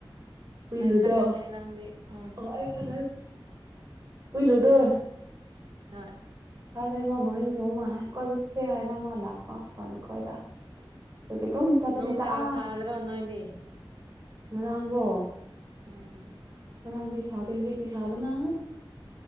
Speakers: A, on the right (about 40°); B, on the right (about 70°).
A: ꯄꯂꯨꯗ
B: ꯍꯣꯏ ꯊꯥꯒꯠꯇꯦ ꯅꯪꯗꯤ ꯎꯝ
A: ꯑꯣ ꯑꯩ ꯊꯒ ꯄꯂꯨꯗ
B: ꯍꯥꯣꯏ
A: ꯀꯗ ꯣꯔꯤꯡꯁꯨ ꯃꯥꯅꯦ ꯀꯣꯏꯦ ꯍꯥꯏ ꯃꯥ ꯂꯥꯛ ꯀꯣꯏꯗ ꯑꯗꯨ ꯈꯤꯇꯣ ꯆꯠꯄꯅꯦꯗ
B: ꯅꯨꯡꯁꯥ
A: ꯑꯥ
B: ꯁꯥꯗ꯭ꯔꯣ ꯅꯣꯏꯗꯤ
A: ꯉꯔꯥꯡꯕ꯭ꯔꯣ
B: ꯎꯝ
A: ꯃꯔꯔꯥꯡꯗꯤ ꯁꯥꯗ ꯍꯧꯖꯤꯦ ꯊꯤ ꯁꯥꯕꯅ